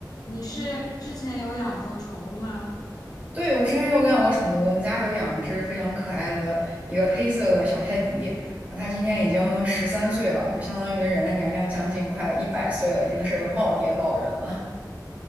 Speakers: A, on the left; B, on the right.
A: 你是之前有养过宠物吗？
B: 对，我之前有养过宠物，我们家有养一只非常可爱的一个黑色的小泰迪，啊，它今年已经十三岁了，就相当于人的年龄将近快一百岁了，已经是个耄耋老人了。